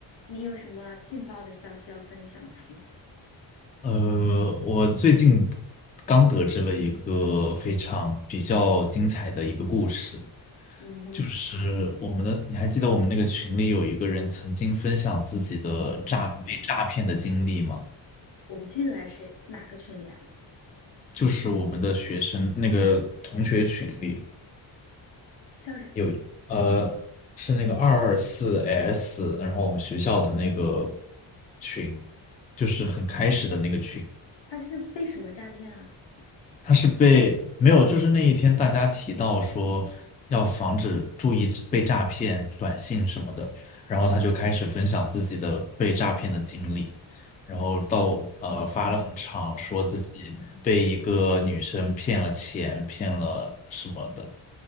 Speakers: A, on the left; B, on the left.
A: 你有什么劲爆的消息要分享的吗？
B: 呃，我最近刚得知了一个非常比较精彩的一个故事，
A: 嗯哼，
B: 就是我们的，你还记得我们那个群里有一个人曾经分享自己的诈被诈骗的经历吗？
A: 我不记得来谁哪个群里啊，
B: 就是我们的学生那个同学群里
A: 叫是
B: 有一呃，是那个二二四 S，然后我们学校的那个群，就是很开始的那个群。
A: 他是被什么诈骗啊？
B: 他是被没有，就是那一天大家提到说要防止注意被诈骗短信什么的，然后他就开始分享自己的被诈骗的经历，然后到呃发了很长，说自己被一个女生骗了钱，骗了什么的，